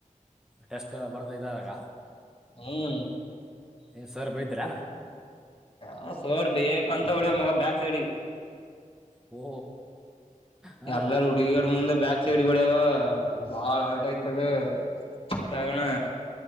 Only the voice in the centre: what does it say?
ಟೆಸ್ಟ್ ಬರ್ದ ಇದಾದಾಗ
ಏ ಸರ್ ಬೈದ್ರನಾ
ಓ ಹಾಂ
ಹಾ ಹಾ